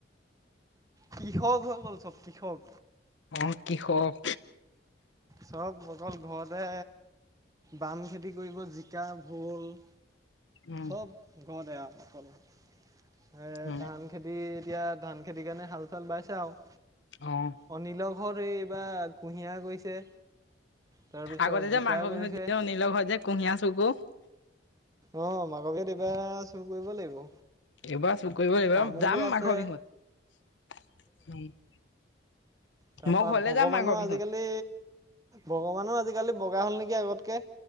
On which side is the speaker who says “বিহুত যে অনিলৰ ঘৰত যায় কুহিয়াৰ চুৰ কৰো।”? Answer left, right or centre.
Left